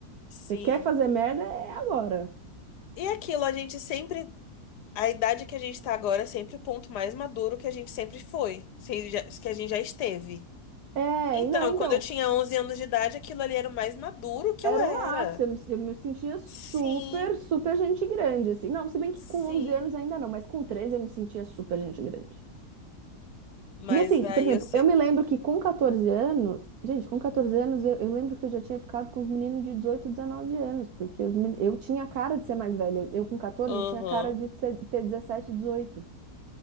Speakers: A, on the left; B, on the right.
A: sim.
B: Você quer fazer merda? É agora.
A: E aquilo, a gente sempre A idade que a gente tá agora é sempre o ponto mais maduro que a gente sempre foi, se já- que a gente já esteve.
B: É,
A: Então,
B: e não, então,
A: quando eu tinha 11 anos de idade, aquilo ali era o mais maduro que
B: era
A: eu era.
B: o ápice. Eu me, eu me sentia super,
A: Sim,
B: super gente grande, assim. Não, se bem que
A: sim.
B: com 11 anos ainda não, mas com 13 eu me sentia super gente grande.
A: Mas
B: E assim,
A: aí
B: por exemplo,
A: eu sei.
B: eu me lembro que com 14 anos, gente, com 14 anos eu, eu lembro que eu já tinha ficado com os meninos de 18 19 anos, porque os men- eu tinha cara de ser mais velha. Eu, eu com 14
A: Aham,
B: tinha cara de ser- ter 17 dezoito